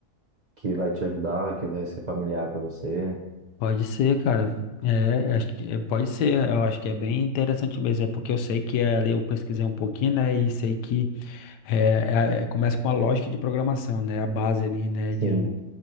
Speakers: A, on the right; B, on the left.
A: que vai te ajudar, que vai ser familiar para você.
B: Pode ser, cara. É, acho que, é, pode ser. Eu acho que é bem interessante mesmo. É porque eu sei que é, ali eu pesquisei um pouquinho, né? E sei que é, é- é- começa com a lógica de programação, né? A base ali, né? De,
A: Sim,